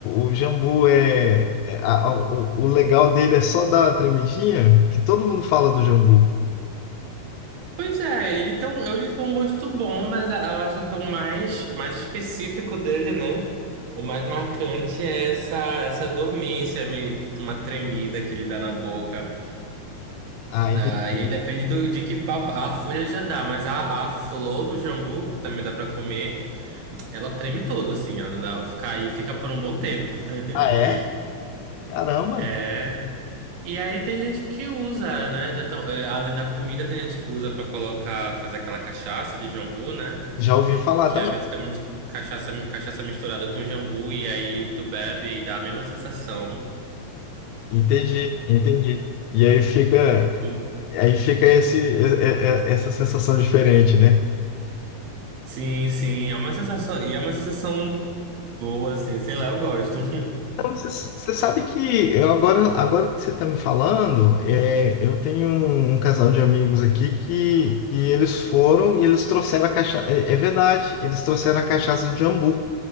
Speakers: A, on the left (about 80°); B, on the right (about 80°).
A: O jambu é. é- a- a- o, o legal dele é só dar a tremidinha? Que todo mundo fala do jambu.
B: Pois é, ele tem um, ele tem um gosto bom, mas eu acho que o mais, o mais específico dele, né? O mais marcante é essa, essa dormência, meio que uma tremida que ele dá na boca.
A: Ah, entendi.
B: Ah, e aí depende do, de que pau. A folha já dá, mas a, a flor do jambu, que também dá pra comer, ela treme todo, assim. Ela fica aí, fica por um bom tempo.
A: Ah,
B: <laughs>
A: é? Caramba!
B: É. E aí tem gente que usa, né? já tão- é, além da comida, tem gente que usa pra colocar, fazer aquela cachaça de jambu, né?
A: Já ouvi falar
B: Que
A: também.
B: é basicamente cachaça, cachaça misturada com jambu, e aí tu bebe e dá a mesma sensação.
A: Entendi, entendi. E aí fica,
B: Hum,
A: aí fica esse, é- é- essa sensação diferente, né?
B: Sim, sim, é uma sensação. E é uma sensação boa, assim, sei lá, eu gosto.
A: Você, você sabe que eu agora, agora que você está me falando, é, eu tenho um, um casal de amigos aqui que, que eles foram e eles trouxeram a cachaça. É, é verdade, eles trouxeram a cachaça de jambu.